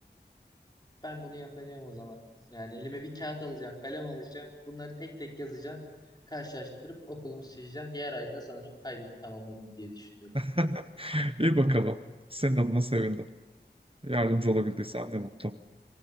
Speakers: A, on the left (about 25°); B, on the right (about 30°).
A: Ben bunu yapacağım o zaman. Yani elime bir kağıt alacağım, kalem alacağım. Bunları tek tek yazacağım. Karşılaştırıp okulumu seçeceğim. Diğer ayda sanırım kaydımı tamamlarım diye düşünüyorum.
B: <laughs> İyi bakalım. Senin adına sevindim. Yardımcı olabildiysem ne mutlu.